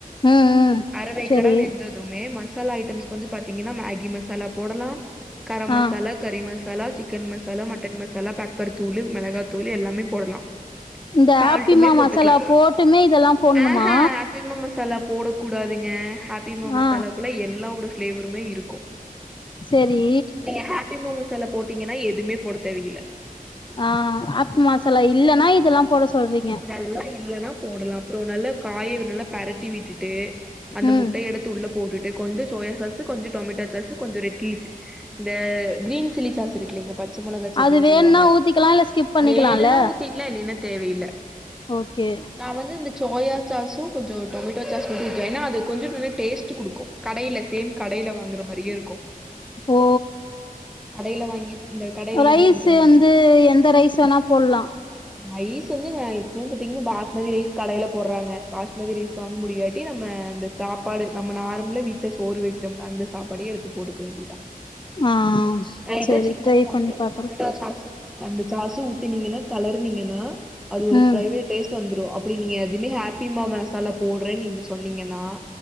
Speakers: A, on the left; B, in the centre.
A: ம் ம்
B: அரவேக்காடா
A: சரி
B: வெந்தது மே மசாலா ஐட்டம்ஸ்க்கு வந்து பாத்தீங்கன்னா மேகி மசாலா போடலா கரம்
A: ஆ
B: மசாலா கறி மசாலா சிக்கன் மசாலா மட்டன் மசாலா பெப்பர் தூளு மிளகா தூளு எல்லாமே போடலா
A: இந்த
B: சால்ட்டுமே
A: ஆப்பிமா
B: போட்டுக்கலா
A: மசாலா போட்டுமே இதெல்லா போட்ணுமா
B: ஆஹ ஹாப்பிம்மா மசாலா போட கூடாதுங்க ஹாப்பிம்மா மசாலா
A: ஆ
B: ல எல்லாவோட ஃபிளேவருமே இருக்கு
A: சரி
B: நீங்க பிம்மா மசாலா போட்டீங்கன்னா எதுமே போட தேவையில்ல
A: ஆ அப்பு மசாலா இல்லைன்னா இதெல்லா போட சொல்றீங்க
B: இது எல்லா இல்லைன்னா போடலா அப்புறோ நல்லா காய நல்லா பரட்டி விட்டுட்டு அந்த
A: ம்
B: முட்டைய எடுத் து உள்ள போட்டுட்டு கொஞ்ச சோயா சாஸ் கொஞ்ச டொமேட்டா சாஸ் கொஞ்ச ரெட் சிள்ளி சாஸ் இந்த கிரீன் சில்லி சாஸ் இருக்குலீங்க பச்ச மிளகாய் சட்னின்னு
A: அது வேணுனா
B: சொல்லுவாங்க
A: ஊத்திக்கலா இல்ல ஸ்கிப் பண்ணிக்கலால்ல
B: வேணுனா ஊத்திக்கலா இல்லைன்னா தேவையில்ல
A: ஓகே
B: நா வந்து இந்த சோயா சாஸ்சு கொஞ்ச டொமேட்டோ சாஸ் மட்டு ஊத்துவே ஏனா அது கொஞ்ச நல்லா டேஸ்ட் குடுக்கு கடைல சேம் கடையில வாங்கற மாரியே இருக்கு
A: ஓ
B: கடையில வாங்கி இந்த கடையில
A: ரைஸ்
B: எப்டி குடுக்குறாங்க
A: வந்து எந்த ரைஸ் வேணா போட்லா
B: ரைஸ் வந்து மா பாத்திங்கன்னா பாஸ்மதி ரைஸ் கடைல போட்றாங்க பாஸ்மதி ரைஸ் வாங்க முடியாட்டி நம்ம அந்த சாப்பாடு நம்ம நார்மலா விட்ல சோறு வைக்கிறோம்ல அந்த சாப்பாடையே எடுத்து போடுக்க வேண்டியதா
A: ஆ
B: லைட்டா
A: சரி
B: சிக்கன்
A: ட்ரை
B: போட்டு
A: பண்ணி
B: இந்த
A: பாக்குறே
B: டொமேட்டோ சாஸ்சும் அந்த சாஸ்சு ஊத்தினீங்கன்னா கலர்னீங்கன்னா அது ஒரு
A: ம்
B: ப்பே டேஸ்ட் வந்துரு அப்டி நீங்க எதுமே ஹாப்பிமா மசாலா போடுறேன் நீங்க சொன்னீங்கன்னா